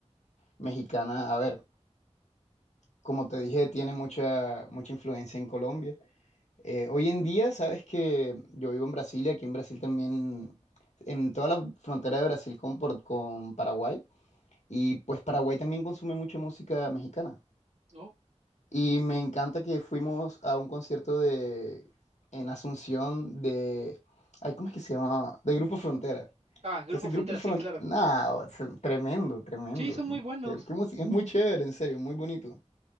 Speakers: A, on the left; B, on the right.
A: mexicana, a ver, como te dije, tiene mucha, mucha influencia en Colombia. Eh, hoy en día, sabes que yo vivo en Brasil y aquí en Brasil también, en toda la frontera de Brasil con, por- con Paraguay, y pues Paraguay también consume mucha música mexicana.
B: ¿no?
A: Y me encanta que fuimos a un concierto de en Asunción de ay, ¿cómo es que se llamaba? De Grupo Frontera.
B: Ah,
A: Entonces,
B: Grupo Frontera,
A: Grupo Frontera,
B: sí, claro.
A: nada, tremendo, tremendo.
B: Sí, son muy buenos.
A: Qué- qué música- es muy chévere, en serio, muy bonito.